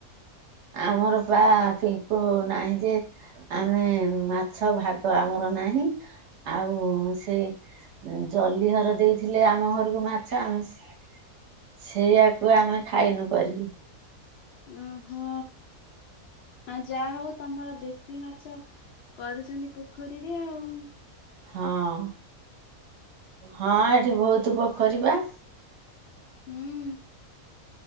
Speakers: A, on the right (about 55°); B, on the left (about 65°).
A: ଆମର ପା ପିଙ୍କୁ ନାହିଁ ଯେ ଆମେ ମାଛ ଭାଗ ଆମର ନାହିଁ ଆଉ ସେ ଜଲି ଘର ଦେଇଥିଲେ ଆମ ଘରକୁ ମାଛ ଆମ ସେ ସେଇଆାକୁ ଆମେ ଖାଇନୁ କରିକି।
B: ଓହୋ। ଆ ଯାହା ହଉ ତମର ଦେଶୀ ମାଛ କରୁଛନ୍ତି ପୋଖରୀରେ ଆଉ।
A: ହଁ ହଁ ଏଠି ବହୁତ ପୋଖରୀ ପା।
B: ହୁଁ।